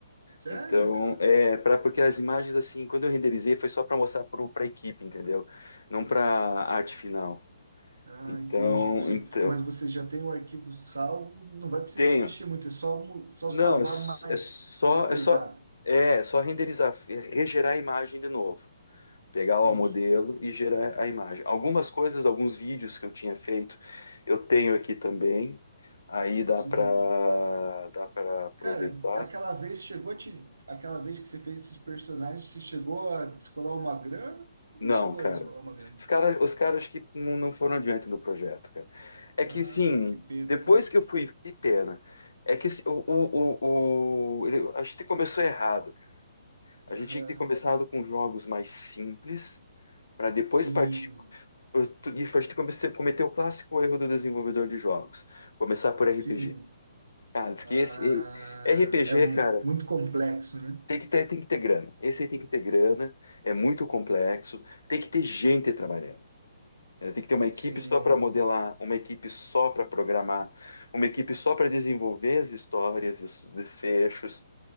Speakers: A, on the right; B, on the left.
A: Sério,
B: Então,
A: cara?
B: é para porque as imagens assim, quando eu renderizei foi só para mostrar para a equipe, entendeu? Não para arte final.
A: Ah,
B: Então,
A: entendi. Você,
B: então
A: mas você já tem o arquivo salvo, não vai precisar
B: tenho.
A: mexer muito, é só, mu- só
B: Não,
A: salvar
B: é, s-
A: mais,
B: é só
A: mais pesado.
B: é só é só renderizar, é regerar a imagem de novo. Pegar
A: Entendi.
B: lá o modelo e gerar a imagem. Algumas coisas, alguns vídeos que eu tinha feito, eu tenho aqui também. Aí dá
A: Sim.
B: para dá para aproveitar.
A: Cara, aquela vez chegou a te, aquela vez que você fez esses personagens, você chegou a descolar uma grana ou
B: Não,
A: não chegou
B: cara.
A: a descolar uma grana?
B: Os cara, os caras que não, não foram adiante no projeto, cara. É que,
A: Ah,
B: sim,
A: que pena,
B: depois
A: né?
B: que eu fui, que pena. É que assim, o, o, o, o- ele- a gente começou errado. A
A: Aham.
B: gente tinha que ter começado com jogos mais simples, para depois
A: Sim,
B: partir. E a gente comece- cometeu o clássico erro do desenvolvedor de jogos. Começar por RPG.
A: sim.
B: Cara, diz
A: Ah,
B: que esse e- RPG,
A: é mu-
B: cara,
A: muito complexo, né?
B: tem que ter, tem que ter grana. Esse aí tem que ter grana, é muito complexo, tem que ter gente trabalhando. Ela tem que ter uma equipe
A: Sim,
B: só para modelar, uma equipe só para programar, uma equipe só para desenvolver as histórias e os desfechos,